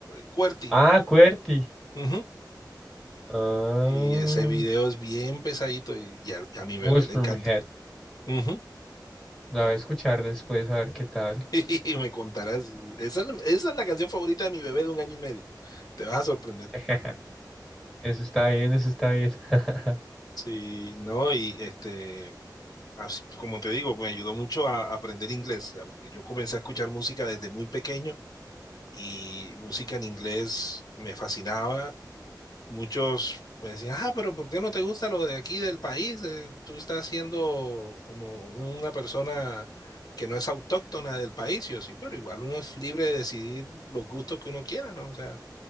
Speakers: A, on the left (about 55°); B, in the centre.
A: QWERTY.
B: Ah, QWERTY.
A: Ujú.
B: Ah,
A: Y ese video es bien pesadito y, y al- a, mi bebé
B: Mushroom
A: le encanta.
B: Head.
A: Ujú.
B: La voy a escuchar después a ver qué tal.
A: <laughs> Y me contarás. Esa es, la- esa es la canción favorita de mi bebé de un año y medio. Te vas a sorprender.
B: <laughs> Eso está bien, eso está bien. <laughs>
A: Sí, no, y este... así, pues, como te digo, me ayudó mucho a, a aprender inglés, ¿sabes? porque yo comencé a escuchar música desde muy pequeño y música en inglés me fascinaba. Muchos me decían, ah, pero ¿por qué no te gusta lo de aquí del país? Eh, Tú estás siendo como una persona que no es autóctona del país. Y Yo sí, pero igual uno es libre de decidir los gustos que uno quiera, ¿no? O sea,